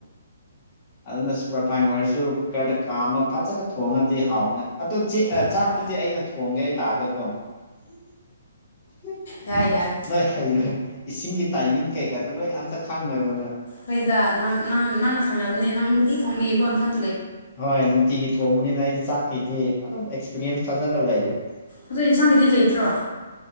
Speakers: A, on the left (about 30°); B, on the left (about 60°).
A: ꯑꯗꯨꯅ ꯁꯨꯄꯔꯐꯥꯏꯟ ꯑꯣꯏꯔꯁꯨ ꯀꯨꯀꯔꯗ ꯀꯥꯝꯃ ꯐꯖꯅ ꯊꯣꯡꯉꯗꯤ ꯍꯥꯎꯕꯅꯦ꯫ ꯇꯨ ꯆꯦ ꯑ
B: ꯍꯣꯏ
A: ꯆꯥꯛꯄꯨꯗꯤ ꯑꯩꯅ ꯊꯣꯡꯒꯦ ꯑꯩ ꯂꯥꯛꯑꯒꯀꯣ꯫ <unintelligible>
B: ꯌꯥꯏ ꯌꯥꯏ
A: ꯅꯣꯏ ꯍꯩꯔꯣꯏ ꯏꯁꯤꯡꯒꯤ ꯇꯥꯏꯃꯤꯡ ꯀꯩꯀꯥꯗꯣ ꯂꯣꯏ ꯑꯝꯇ ꯈꯪꯉꯣꯏꯕ ꯅꯣꯏ꯫
B: ꯍꯣꯏꯗ ꯅꯪ ꯅꯪ ꯅꯪꯅ ꯈꯪꯉꯝꯅꯤ ꯅꯪ ꯅꯨꯡꯇꯤ ꯊꯣꯡꯕꯤꯀꯣ ꯅꯊꯟ
A: ꯍꯣꯏ ꯅꯨꯡꯇꯤꯒꯤ ꯊꯣꯡꯕꯅꯤꯅ ꯑꯩꯗꯤ ꯆꯥꯛꯀꯤꯇꯤ ꯑꯗꯨꯝ ꯑꯦꯛꯁꯄꯤꯔꯤꯌꯦꯟꯁ ꯐꯖꯅ ꯂꯩꯌꯦ꯫
B: ꯑꯗꯣ ꯏꯟꯁꯥꯡꯒꯤꯗꯤ ꯂꯩꯇ꯭ꯔꯣ꯫